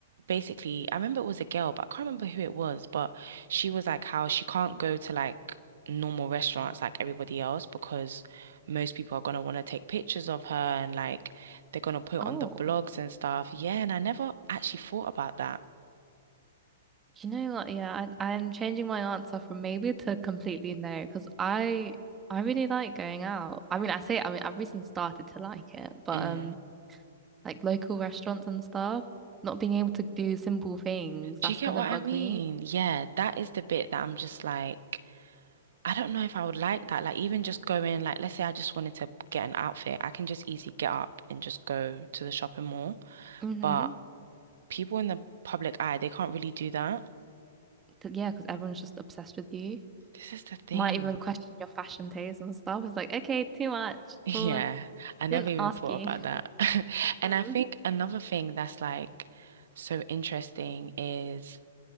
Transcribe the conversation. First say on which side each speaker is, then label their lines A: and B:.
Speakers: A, on the right (about 70°); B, on the right (about 20°).
A: basically, I remember it was a girl, but I can't remember who it was. But she was like how she can't go to like normal restaurants like everybody else because most people are gonna want to take pictures of her and like they're gonna put
B: Oh,
A: on the blogs and stuff. Yeah, and I never actually thought about that.
B: you know what? Yeah, I, I'm changing my answer from maybe to completely no, because I I really like going out. I mean, I say, I mean, I've recently started to like it, but
A: Mm.
B: um, like local restaurants and stuff, not being able to do simple things,
A: Do
B: that's
A: you get
B: gonna
A: what
B: bug
A: I mean?
B: me.
A: Yeah, that is the bit that I'm just like. I don't know if I would like that. Like even just going, like let's say I just wanted to get an outfit, I can just easily get up and just go to the shopping mall.
B: Mm-hmm.
A: But people in the public eye, they can't really do that.
B: to, yeah, because everyone's just obsessed with you.
A: This is the thing.
B: Might even question
A: <laughs>
B: your fashion taste and stuff. It's like, okay, too much.
A: Yeah,
B: Pause.
A: I never
B: Didn't
A: even
B: ask
A: thought
B: you.
A: about that. <laughs> And
B: Mhm.
A: I think another thing that's like so interesting is